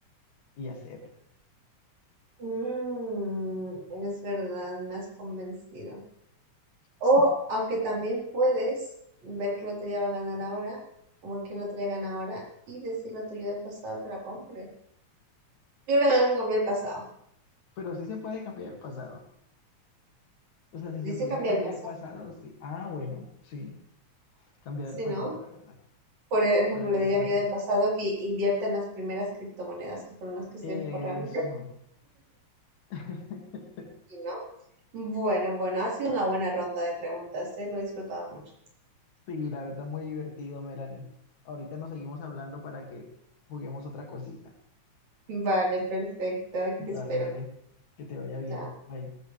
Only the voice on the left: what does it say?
y hacerla.
<laughs>
Pero sí se puede cambiar el pasado. O sea, si se
pudiera
cambiar
el pasado, sí. Ah, bueno, sí. Cambiar
el pasado,
la verdad.
para evitarlo.
Eso.
<laughs>
Sí, la verdad, muy divertido, Melanie. Ahorita nos seguimos hablando para que juguemos otra cosita.
Dale,
dale. Que te vaya bien.
Bye.